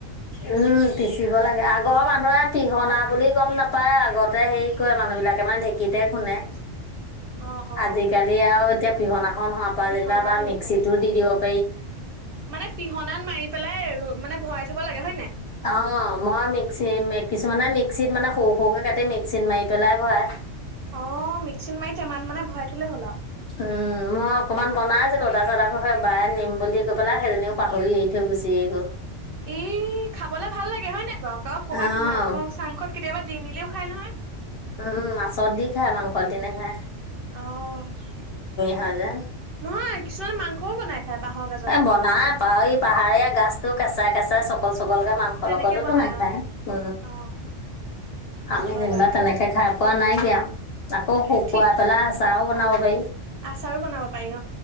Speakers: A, on the right (about 55°); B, on the left (about 60°).
A: <inaudible>
B: উম, পিচিব লাগে আগৰ মানুহে পিহনা বুলি গম নাপায় আগতে হেৰি কৰে মানুহ বিলাকে মানে ঢেঁকীত- <unintelligible>
A: <inaudible> অ
B: আজিকালি আৰু এতিয়া পিহনাখন হোৱাৰ পৰা
A: পিহনা
B: যেনিবা বা
A: ঢেঁকীয়া
B: মিক্সিতো দি দিয়ক
A: মানে পিহনাত মাৰি পেলাই ৰ মানে ভৰাই থব লাগে হয় নাই।
B: অঁ, মই মিক্সি কিছুমানে মিক্সিত মানে সৰু সৰুকে কাটি মিক্সিত মাৰি পেলাই ভৰাই।
A: অ' মিক্সি মাৰি টেমাত মানে ভৰাই থলেই হ'ল আৰু।
B: উমঁ মই অকণমান বনাইছিলো তাৰপিছত আকৌ সেই বাই নিম বুলি কৈ পেলাই সেইজনীও পাহৰি এৰি থৈ গুচি- সেই গ'ল।
A: ই খাবলে ভাল লাগে হয় নাই বাৰু কওঁক, কৰ'বাত
B: অঁ
A: মাংস চাংসত কেতিয়াবা- দি মিলিও খাই নহয়।
B: উম মাছত দি খায়, মাংসত দি নাখায়।
A: অঁ।
B: ভালে।
A: নহয় কিছুমান মাংসও বনাই। খায় বাঁহৰ গাজৰ
B: এ
A: লগত।
B: বনাই পা ই পাহাৰীয়া গাছতো কেঁচাই কেঁচাই চক- <unintelligible> চকলকে মাংসৰ
A: তেনেকে
B: লগতো বনাই খায়
A: অ।
B: উ
A: অ
B: আমি
A: হয়
B: যেনিবা
A: বাৰু
B: তেনেকে খাই পোৱা নাই। আকৌ
A: তাকে
B: শুকুৱাই
A: ঠিক
B: পেলাই আচাৰও বনাব পাৰি।
A: আচাৰো বনাব পাৰি।